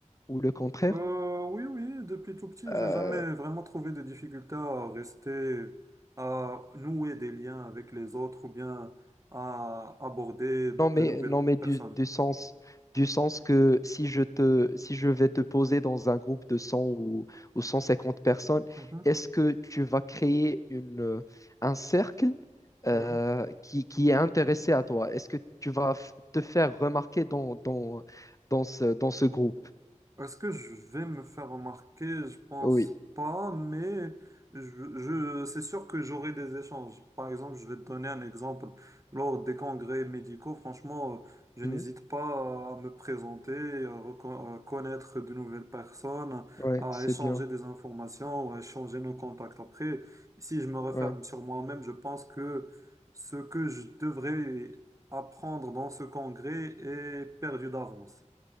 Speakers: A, on the left (about 25°); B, on the right (about 25°).
A: Ou le contraire?
B: Euh, oui, oui, depuis tout petit,
A: Euh,
B: j'ai jamais vraiment trouvé de difficulté à rester, à nouer des liens avec les autres ou bien à aborder de
A: Non mais
B: nouvelles
A: non mais du,
B: personnes.
A: du sens du sens que si je te si je vais te poser dans un groupe de 100 ou, ou 150 personnes,
B: Mhm,
A: est-ce que tu vas créer une euh, un cercle euh,
B: mhm.
A: qui, qui est intéressé à toi? Est-ce que tu vas f- te faire remarquer dans dans dans ce dans ce groupe?
B: Est-ce que je vais me faire remarquer? Je pense
A: Oui.
B: pas, mais je, je- c'est sûr que j'aurai des échanges. Par exemple, je vais te donner un exemple. Lors des congrès médicaux, franchement, euh, je
A: Hmm
B: n'hésite pas à me présenter, à, reco- à connaître de nouvelles personnes,
A: Ouais,
B: à
A: c'est
B: échanger
A: bien.
B: des informations, à échanger nos contacts. Après, si je me referme
A: Ouais.
B: sur moi-même, je pense que ce que je devrais apprendre dans ce congrès est perdu d'avance.